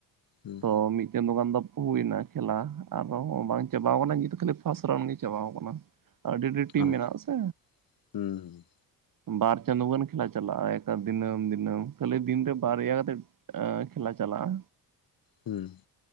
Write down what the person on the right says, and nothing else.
ᱛᱚ ᱢᱤᱫ ᱪᱟᱸᱫᱚ ᱜᱟᱱ ᱫᱚ ᱦᱩᱭ ᱮᱱᱟ ᱠᱷᱮᱞᱟ ᱟᱨ ᱫᱚ ᱵᱟᱝ ᱪᱟᱵᱟᱣ ᱟᱠᱟᱱᱟ ᱱᱤᱛ ᱫᱚ ᱠᱷᱟᱹᱞᱤ ᱯᱷᱟᱥᱴ ᱨᱟᱣᱩᱱᱰ ᱜᱮ ᱪᱟᱵᱟᱣ ᱠᱟᱱᱟ ᱟᱹᱰᱤ ᱟᱹᱰᱤ ᱴᱤᱢ
ᱢᱮᱱᱟᱜᱼᱟ ᱥᱮ
ᱵᱟᱨ ᱪᱟᱸᱫᱳ ᱜᱟᱱ ᱠᱷᱮᱞᱟ ᱪᱟᱞᱟᱜᱼᱟ ᱮᱠᱟᱞ ᱫᱤᱱᱟᱹᱢ ᱫᱤᱱᱟᱹᱢ ᱠᱷᱟᱹᱞᱤ ᱫᱤᱱ ᱨᱮ ᱵᱟᱨᱭᱟ ᱠᱟᱛᱮ <unintelligible> ᱠᱷᱮᱞᱟ ᱪᱟᱞᱟᱜᱼᱟ᱾